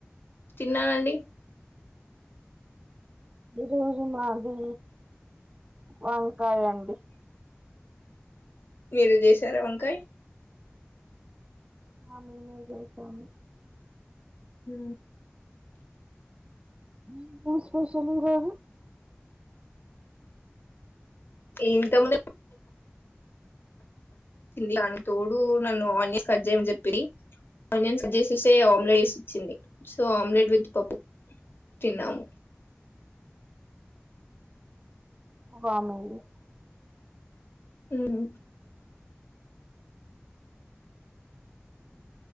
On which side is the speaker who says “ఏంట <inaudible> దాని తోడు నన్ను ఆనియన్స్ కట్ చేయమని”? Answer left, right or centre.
Left